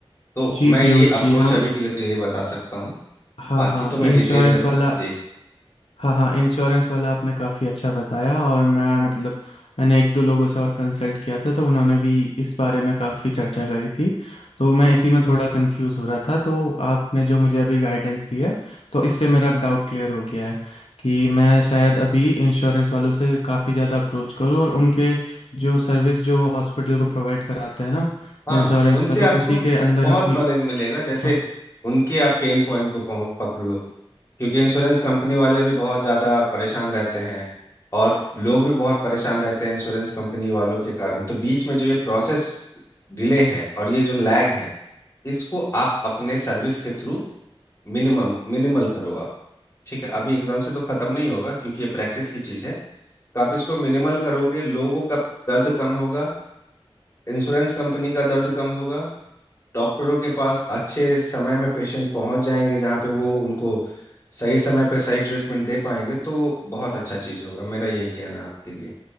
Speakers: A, on the left; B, on the left.
A: तो
B: जी
A: मैं ये
B: पीयूष
A: अप्रोच
B: जी हम
A: अभी के लिए तो यही बता सकता हूँ
B: हाँ
A: बाकी
B: हाँ
A: तो मैं
B: ये
A: डिटेल
B: इंश्योरेंस
A: जब
B: वाला
A: जी
B: हाँ हाँ इंश्योरेंस वाला आपने काफ़ी अच्छा बताया और मैं मतलब मैंने एक दो लोगों से और कंसल्ट किया था तो उन्होंने भी इस बारे में काफ़ी चर्चा करी थी तो मैं इसी में थोड़ा कंफ्यूज हो रहा था तो आपने जो मुझे अभी गाइडेंस दी है तो इससे मेरा अब डाउट क्लियर हो गया है कि मैं शायद अभी इंश्योरेंस वालों से काफ़ी ज़्यादा अप्रोच करूँ और उनके जो सर्विस जो हॉस्पिटल को प्रोवाइड कराते हैं ना
A: हाँ
B: इंश्योरेंस
A: उनसे
B: में तो
A: आपको
B: उसी के अंदर
A: बहुत
B: अपनी
A: नॉलेज मिलेगा जैसे
B: हाँ,
A: उनके आप पेन पॉइंट को पहुं- पकड़ लो क्योंकि इंश्योरेंस कंपनी वाले भी बहुत ज़्यादा परेशान रहते हैं और लोग भी बहुत परेशान रहते हैं इंश्योरेंस कंपनी वालों के कारण तो बीच में जो ये प्रोसेस डिले है और ये जो लैग है इसको आप अपने सर्विस के थ्रू मिनिमम मिनिमल करो आप ठीक है अभी एकदम से तो ख़त्म नहीं होगा क्योंकि ये प्रैक्टिस की चीज़ है तो आप इसको मिनिमल करोगे लोगों का दर्द कम होगा इंश्योरेंस कंपनी का दर्द कम होगा डॉक्टरों के पास अच्छे समय में पेशेंट पहुंच जाएंगे जहाँ पे वो उनको सही समय पे सही ट्रीटमेंट दे पाएंगे तो बहुत अच्छा चीज़ होगा मेरा यही कहना है आपके लिए